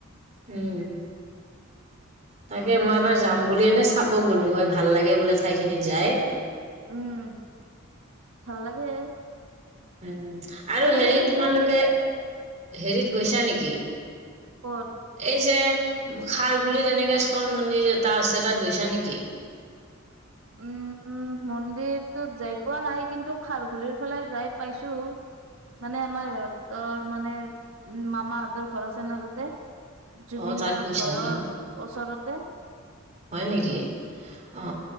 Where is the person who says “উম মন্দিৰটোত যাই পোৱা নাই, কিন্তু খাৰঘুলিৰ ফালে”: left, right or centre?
Right